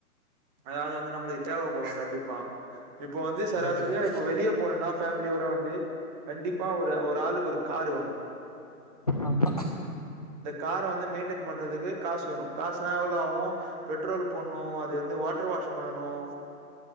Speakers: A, on the right; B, on the left.
A: அதாவ்து வந்து நம்ம தேவைப்படும் கண்டிப்பா இப்போ வந்து சராசரியா
B: கரெக்ட் கரெக்ட்
A: இப்ப வெளிய போனும்னா ஃபேமிலியோட வந்து கண்டிப்பா ஒரு ஒரு ஆளுக்கு ஒரு காரு வேணும்
B: ஆமா
A: இந்த கார வந்து மெயின்டெய்ன் பண்றதுக்கு காசு வேணும் காசுனா எவ்ளோ ஆவும் பெட்ரோல் போட்ணும் அது வந்து வாட்டர் வாஷ் பண்ணனும்